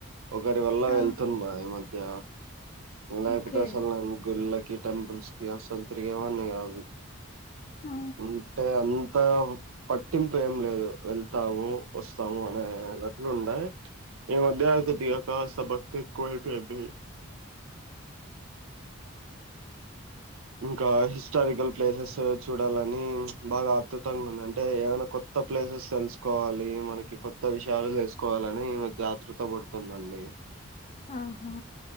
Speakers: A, on the right; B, on the left.
A: ఒకరి వల్ల
B: ఆ!
A: వెళ్తున్నా ఏమ ద పుల్లా
B: ఓకే.
A: క టెంపల్స్కి అసలు ఇత్రకిమన్న కాదు
B: ఆ!
A: అంటే అంతా పట్టింపు ఏం లేదు వెళ్తాము వస్తాము అనే అట్లు ఉండయి. ఈ మధ్యకృతి కాస్త భక్తి ఎక్కువైపోయింది. ఇంకా హిస్టారికల్ ప్లేసెస్ చూడాలని బాగా ఆత్రుతంగా ఉంది అంటే ఏమైనా కొత్త ప్లేసెస్ తెలుసుకోవాలి మనకి కొత్త విషయాలు తెలుసుకోవాలని అకృత పడుతుందండి
B: ఆహా